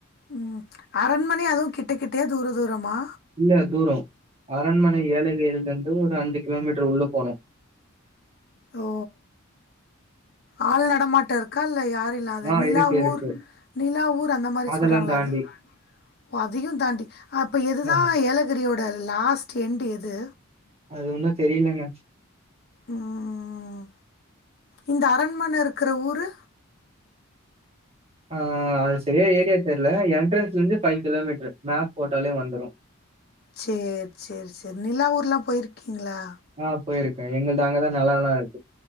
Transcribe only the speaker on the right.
இல்ல தூரம் அரண்மனை ஏழகிரிலலிருந்து ஒரு அஞ்சி கிலோமீட்டர் உள்ள போனும்
ஆ
இருக்கு, இருக்கு.
அதெல்லாம்
தாண்டி.
ஆமா.
அது ஒன்னோ தெரிலங்க
ஆ அது செரியா ஏரியா தெரியல என்ட்ரன்ஸ் ல இருந்து ஃபைவ் கிலோமீட்டர் மேப் போட்டாலே வந்துரும்.
ஆ போயிருக்கேன் எங்கள்து அங்க தான் நெலம்லா இருக்